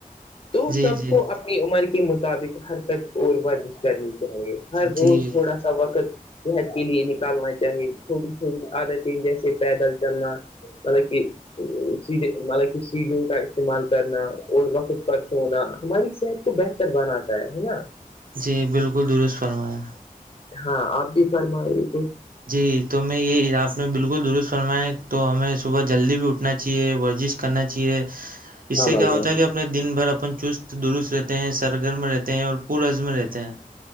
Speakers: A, on the left; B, on the right.
A: تو
B: جی
A: سب
B: جی
A: کو اپنی عمر کے مطابق حرکت اور ورجش کرنی چاہیے ہر
B: جی
A: روز تھوڑا س وقت صحت کے لیے نکالنا چاہی چھوٹی چھوٹی عادتیں جیسے پیدل چلنا مطل کی سیدے مطلب کہ سیدوں کا استعمال کرنا اور وقت پر چھونا ہماری صحت کو بہتر بناتا ہے نا
B: جی بالکل درست فرمایا
A: ہاں آپ بھی فرمائیے تو
B: جی تو میں یہ آپ نے بالکل درست فرمایا تو ہمیں صبح جلدی بھی اٹھنا چاہیے ورزش کرنا چاہیے اس
A: ہاں
B: سے
A: بھائی
B: کیا
A: جان
B: ہوتا ہے کہ اپنے دن بھر اپن چست درست رہتے ہیں سرگر میں رہتے ہیں اور پورز میں رہتے ہیں